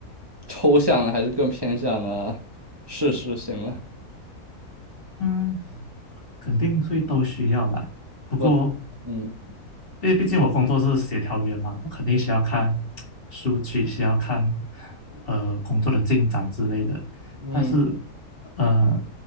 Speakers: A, on the right; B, on the left.
A: 抽象的，还是更偏向的事实型呢？
B: 嗯肯定会都需要啦。不过，
A: 都，嗯。
B: 因为毕竟我工作是协调员嘛，我肯定需要看数据，需要看呃工作的进展之类的。
A: 嗯
B: 但是，呃，